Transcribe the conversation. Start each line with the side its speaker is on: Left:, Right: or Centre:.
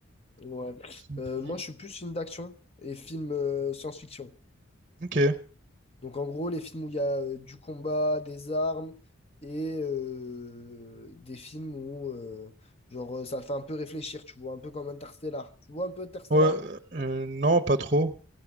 Left: Ouais.
Right: les films
Left: Euh,
Right: tristes.
Left: moi, je suis plus film d'action et film euh, science-fiction.
Right: Ok. Ouais.
Left: Donc, en gros, les films où il y a euh, du combat, des armes et euh, des films où, euh, genre, euh, ça fait un peu réfléchir, tu vois, un peu comme Interstellar. Tu vois un peu Interstellar?
Right: euh, non, pas trop.